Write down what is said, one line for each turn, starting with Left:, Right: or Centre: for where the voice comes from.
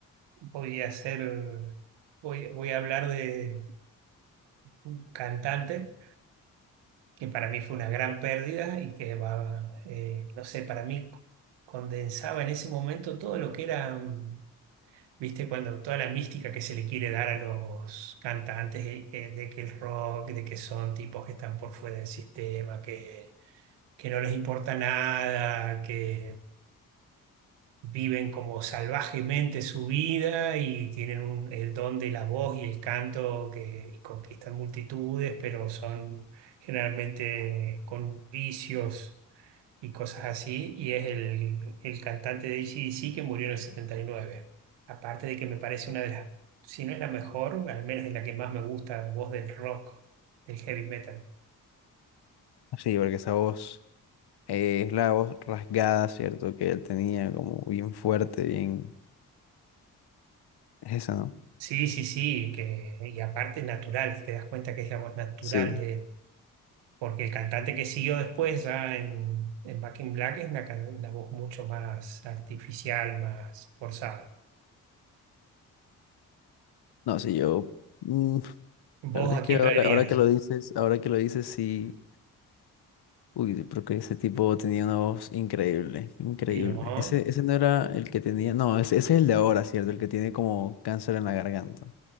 Right: Voy a hacer, voy, voy a hablar de un cantante que para mí fue una gran pérdida y que va, eh, no sé, para mí condensaba en ese momento todo lo que era, mm, viste, cuando toda la mística que se le quiere dar a los cantantes eh, eh, de, que el rock, de que son tipos que están por fuera del sistema, que, que no les importa nada, que viven como salvajemente su vida y tienen un- el don de la voz y el canto que y conquistan multitudes, pero son generalmente con vicios y cosas así. Y es el, el cantante de AC/DC que murió en el setenta y nueve Aparte de que me parece una de las, si no es la mejor, al menos es la que más me gusta, voz del rock, del heavy metal.
Left: Sí, porque esa voz... Eh, es la voz rasgada, ¿cierto? Que él tenía como bien fuerte, bien... Es esa, ¿no?
Right: Sí, sí, sí, que, y aparte es natural, te das cuenta que es la voz natural
Left: Sí.
Right: de él. porque el cantante que siguió después ya en, en Back in Black es una, can- una voz mucho más artificial, más forzada.
Left: No, sí, yo... mm, la
Right: ¿Vos
Left: verdad es
Right: a
Left: que
Right: quién
Left: ahora,
Right: traerías?
Left: ahora que lo dices, ahora que lo dices, sí... Uy, porque ese tipo tenía una voz increíble, increíble.
Right: Y no,
Left: Ese, ese no era el que tenía... No, ese, ese es el de ahora, ¿cierto? El que tiene como cáncer en la garganta.